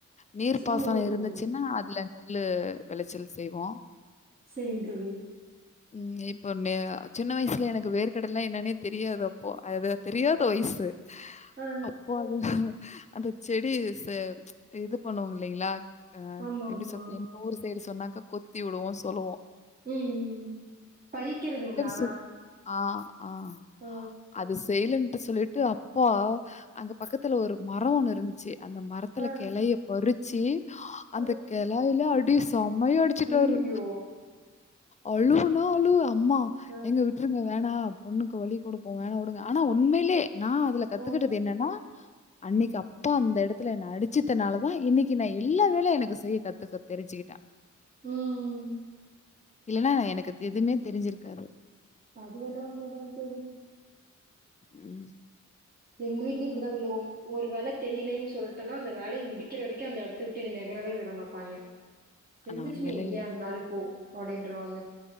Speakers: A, on the left; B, on the right.
A: நீர்பசன
B: ஓ
A: இருந்துச்சுன்னா அதுல நெகுலு வெளைச்சல் செய்வோ
B: சேரிங் தோழி
A: ம் இப்போ நே சின்ன வைசுல எனக்கு வேர்கடல என்னன்னே தெரியாதப்போ அதுதா தெரியாத வயசு
B: ஆ
A: அப்போ அது அந்த செடி சே அ இது பண்ணுவோல்லைங்களா அ
B: ஆமா
A: எப்பிடி
B: ஆமா
A: சொல் எங்க ஊர் சைடு சொன்னாக்க கொத்தி விடுவோ சொல்லுவோ
B: ம் பறிக்கறதுங்களா
A: சொல் ஆ, ஆ.
B: அ
A: அது செய்லன்ட்டு சொல்லிட்டு அப்பா அங்க பக்கத்துல ஒரு மரோ ஒன்னு இருந்துச்சு அந்த மரத்துல
B: ஆ
A: கெளைய பறிச்சு அந்த
B: ஆ.
A: கெளூயில அடி சமையாடி அடிச்சுட்டாரு
B: அய்யய்யோ
A: அழுவுனா அழுவ அம்மா
B: ஆ
A: எங்க விட் விட்ருங்க வேணா பொண்ணுக்கு வலி குடுக்கு வேணா உடுங்க ஆனா உண்மையிலே நா அதுல கத்துகிட்டது
B: ஆ
A: என்னன்னா அன்னைக்கி அப்பா அந்த எடத்துல என்ன அடுச்சிட்னால தா இன்னைக்கி நா எல்லா வேலையு எனக்கு செய்ய கத்துக்க தெரிஞ்சுக்கிட்ட
B: ம்
A: இல்லன்னா எனக்கு எதுவுமே தெரிஞ்சிருக்காது
B: அது வேணா உண்மதா தோழி
A: <inaudible> ம்
B: எங்க வீட்டிலியு இப்பிடிதா விழுகு ஒரு வேல தெரியேலின்னு சொல்டன்னா அந்த வேலைய முடிக்கிற வரைக்கு அந்த எடத்து விட்டு என்ன நகரவே விட மாட்டாங்க செஞ்சுட்டு
A: ஆனா உண்மையிலே
B: நீ எங்கேயா இருந்தாலு போ அப்டின்றுவாங்க